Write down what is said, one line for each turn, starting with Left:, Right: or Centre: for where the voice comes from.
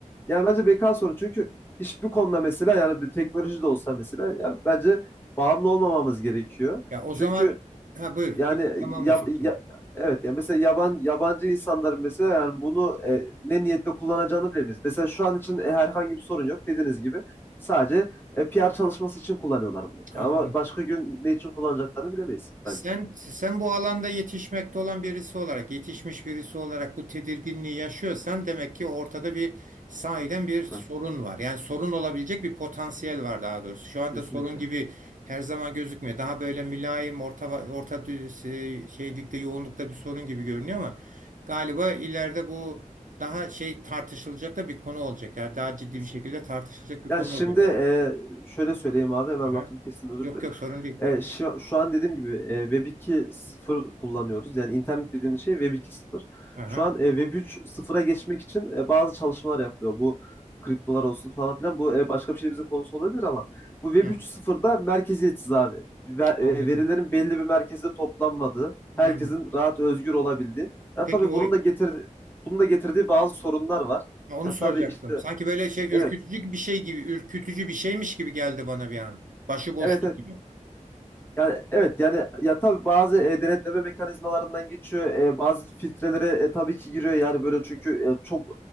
Left: Yani bence beka sorunu çünkü hiçbir konuda mesela yani bir teknoloji de olsa mesela ya bence bağımlı olmamamız gerekiyor.
Right: Ya o
Left: Çünkü
Right: zaman ha buyur.
Left: yani
Right: Bir tamamla
Left: ya,
Right: fikrini.
Left: ya- evet ya mesela yaban yabancı insanların mesela yani bunu e, ne niyetle kullanacağını bilemeyiz. Mesela şu an için e, herhangi bir sorun yok dediğiniz gibi sadece e, PR çalışması için kullanıyorlar bunu.
Right: Anladım.
Left: Ama başka gün ne için kullanacaklarını bilemeyiz bence.
Right: Sen sen bu alanda yetişmekte olan birisi olarak, yetişmiş birisi olarak bu tedirginliği yaşıyorsan demek ki ortada bir sahiden bir sorun
Left: Evet,
Right: var. Yani sorun olabilecek bir potansiyel var daha doğrusu. Şu anda
Left: kesinlikle.
Right: sorun gibi her zaman gözükmüyor. Daha böyle mülayim, orta orta dü- şeylikte, yoğunlukta bir sorun gibi görünüyor ama galiba ileride bu daha şey tartışılacak da bir konu olacak. Yani daha ciddi
Left: Kesinlikle.
Right: bir şekilde tartışılacak bir
Left: Ya
Right: konu
Left: şimdi
Right: olacak
Left: e,
Right: abi.
Left: şöyle söyleyeyim abi hemen
Right: Aha.
Left: lafını kestim özür
Right: Yok
Left: dilerim.
Right: yok sorun değil.
Left: E, şu, şu an dediğim gibi e, Web 2.0 kullanıyoruz. Yani internet dediğimiz şey Web 2.0.
Right: Aha.
Left: Şu an e, Web 3.0'a geçmek için e, bazı çalışmalar yapılıyor. Bu kriptolar olsun falan filan. Bu e, başka bir şeyimizin konusu olabilir ama bu Web
Right: Hı,
Left: 3.0'da merkeziyetsiz abi. Ver- e,
Right: anladım.
Left: verilerin belli bir merkezde toplanmadığı, herkesin
Right: Hı.
Left: rahat özgür olabildiği. Ya
Right: Peki
Left: tabii
Right: o
Left: bunun da getir bunun da getirdiği bazı sorunlar var.
Right: onu
Left: Ya
Right: soracaktım.
Left: tabii işte
Right: Sanki böyle şey
Left: evet.
Right: ürkütücü bir şey gibi, ürkütücü bir şeymiş gibi geldi bana bir an. Başı boşluk
Left: Evet, evet.
Right: gibi.
Left: Yani evet yani ya tabii bazı e, denetleme mekanizmalarından geçiyor. E, bazı filtrelere e, tabii ki giriyor yani böyle çünkü e, çok